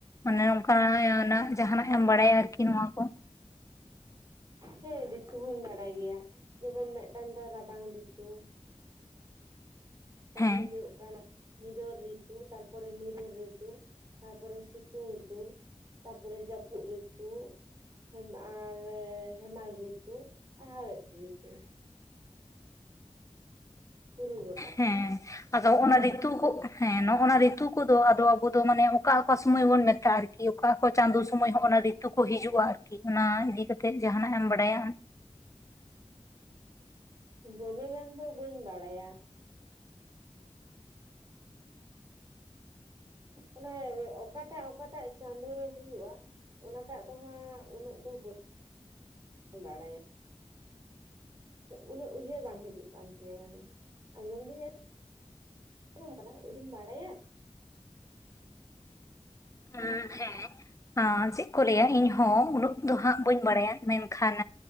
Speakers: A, on the left; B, on the right.
A: ᱚᱱᱮ ᱚᱱᱠᱟᱱᱟᱜ ᱡᱟᱦᱟᱸᱟᱱᱟᱜ ᱮᱢ ᱵᱟᱲᱟᱭᱟ ᱟᱨᱠᱤ ᱱᱚᱣᱟ ᱠᱚ
B: ᱦᱮᱸ ᱨᱤᱛᱩ ᱦᱚᱧ ᱵᱟᱲᱟᱭ ᱜᱮᱭᱟ ᱡᱮᱢᱚᱱ ᱢᱤᱫᱴᱟᱝ ᱫᱚ ᱨᱟᱵᱟᱝ ᱨᱤᱛᱩ ᱢᱤᱫᱴᱟᱱ
A: ᱦᱮᱸ
B: ᱫᱚ ᱦᱩᱭᱩᱜ ᱠᱟᱱᱟ ᱱᱤᱨᱚᱞ ᱨᱤᱛᱩ ᱛᱟᱨᱯᱚᱨ ᱱᱤᱨᱚᱞ ᱨᱤᱛᱩ ᱛᱟᱨᱯᱚᱨ ᱥᱤᱛᱩᱝ ᱨᱤᱛᱩ ᱛᱟᱯᱚᱨᱮ ᱡᱟᱹᱯᱩᱫ ᱨᱤᱛᱩ ᱦᱮ ᱟᱨ ᱦᱮᱢᱟᱞ ᱨᱤᱛᱩ ᱟᱨ ᱦᱟᱣᱮᱫ ᱨᱤᱛᱩ ᱛᱩᱨᱩᱭ ᱜᱚᱴᱟᱝ
A: ᱦᱮᱸ ᱟᱫᱚ ᱱᱚᱜᱱᱟ ᱨᱤᱛᱩ ᱠᱚ ᱦᱮᱸ ᱱᱚᱜᱱᱟ ᱨᱤᱛᱩ ᱠᱚᱫᱚᱫᱚ ᱟᱵᱚ ᱫᱚ ᱢᱟᱱᱮ ᱚᱠᱟ ᱚᱠᱟ ᱥᱚᱢᱚᱭ ᱵᱚᱱ ᱢᱮᱛᱟᱜᱼᱟ ᱟᱨᱠᱤ ᱟᱨᱤ ᱚᱠᱟ ᱠᱚ ᱪᱟᱸᱫᱳ ᱥᱚᱢᱚᱭ ᱦᱚᱸ ᱚᱱᱟ ᱨᱤᱛᱩ ᱠᱚ ᱦᱤᱡᱩᱜᱼᱟ ᱟᱨᱠᱤ ᱚᱱᱟ ᱤᱫᱤ ᱠᱟᱛᱮᱫ ᱡᱟᱦᱱᱟᱜ ᱮᱢ ᱵᱟᱲᱟᱭᱟ
B: ᱫᱚᱢᱮ ᱜᱟᱱ ᱫᱚ ᱵᱟᱹᱧ ᱵᱟᱲᱟᱭᱟ ᱚᱱᱟ ᱚᱠᱟᱴᱟᱜ ᱚᱠᱟᱴᱟᱜ ᱪᱟᱸᱫᱳ ᱨᱮ ᱦᱩᱭᱩᱜᱼᱟ ᱚᱱᱟᱴᱟᱜ ᱫᱚᱦᱟᱸᱜ ᱩᱱᱟᱹᱜ ᱫᱚ ᱵᱟᱹᱧ ᱵᱟᱲᱟᱭᱟ ᱩᱱᱟᱹᱜ ᱩᱭᱦᱟᱹᱨ ᱵᱟᱝ ᱦᱤᱡᱩᱜ ᱠᱟᱱ ᱛᱤᱧᱟᱹ ᱢᱟᱱᱮ ᱟᱸᱡᱚᱢ ᱫᱤᱧᱟᱹ ᱟᱡᱚᱢ ᱠᱟᱫᱟ ᱵᱟᱲᱟᱭᱟ
A: ᱦᱩᱸ ᱦᱮᱸ ᱪᱮᱫ ᱠᱚ ᱞᱟᱹᱭᱟ ᱤᱧᱦᱚᱸ ᱩᱱᱟᱹᱜ ᱫᱚ ᱦᱟᱸᱜ ᱵᱟᱹᱧ ᱵᱟᱲᱟᱭᱟ ᱢᱮᱱᱠᱷᱟᱱ